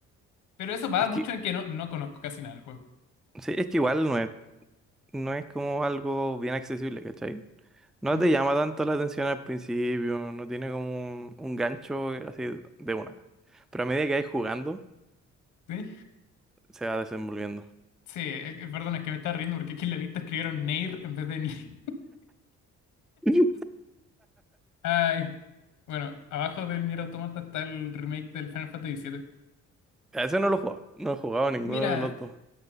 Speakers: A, on the left; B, in the centre.
A: Pero eso va
B: es
A: mucho
B: que.
A: en que no, no conozco casi nada del juego.
B: Sí, es que igual no es, no es como algo bien accesible, ¿cachai? No
A: Mm,
B: te llama tanto la atención al principio, no tiene como un, un gancho así de una. Pero a medida que vais jugando,
A: ¿Sí?
B: se va desenvolviendo.
A: Sí, eh, eh, perdón, es que me estaba riendo porque aquí en la lista escribieron Nier en vez de Nier.
B: <laughs>
A: <laughs> Ay. Bueno, abajo del Nier Automata está el remake del Final Fantasy VII.
B: A ese no lo he jugado, no he jugado ninguno
A: Mira,
B: de los dos.